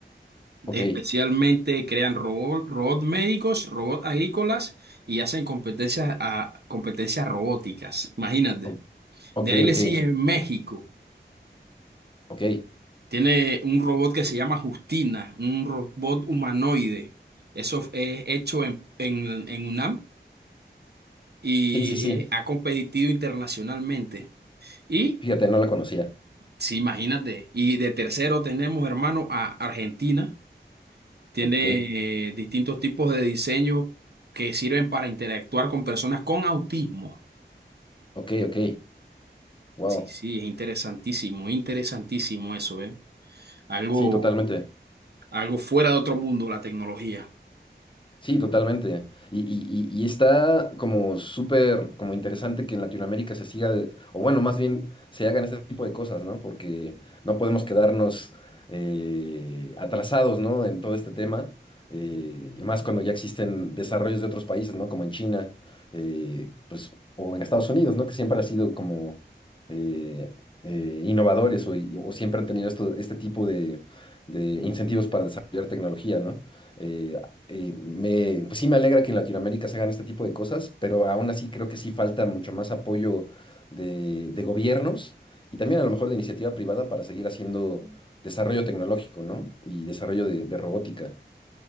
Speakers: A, on the left; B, on the right.
A: Ok,
B: Especialmente crean robots, robots médicos, robots agrícolas y hacen competencias, a, competencias robóticas. Imagínate.
A: o- ok,
B: De ahí le
A: ok,
B: sigue México.
A: ok.
B: Tiene un robot que se llama Justina, un robot humanoide. Eso es hecho en, en, en UNAM y
A: Sí, sí, sí.
B: eh, ha competido internacionalmente. Y,
A: Fíjate, no la conocía.
B: sí, imagínate. Y de tercero tenemos, hermano, a Argentina Tiene
A: Ok,
B: eh, distintos tipos de diseño que sirven para interactuar con personas con autismo.
A: ok, ok. Wow.
B: Sí, sí, es interesantísimo, interesantísimo eso, ¿eh? Algo,
A: Sí, totalmente.
B: algo fuera de otro mundo, la tecnología.
A: Sí, totalmente. Y, y- y- y está como súper como interesante que en Latinoamérica se siga, de- o bueno, más bien se hagan este tipo de cosas, ¿no? Porque no podemos quedarnos eh, atrasados, ¿no? En todo este tema, eh, y más cuando ya existen desarrollos de otros países, ¿no? Como en China, eh, pues, o en Estados Unidos, ¿no? Que siempre han sido como eh, eh, innovadores o, y- o siempre han tenido esto, este tipo de, de incentivos para desarrollar tecnología, ¿no? Eh, eh, me, pues sí me alegra que en Latinoamérica se hagan este tipo de cosas, pero aún así creo que sí falta mucho más apoyo de, de gobiernos y también a lo mejor de iniciativa privada para seguir haciendo desarrollo tecnológico, ¿no? Y desarrollo de, de robótica.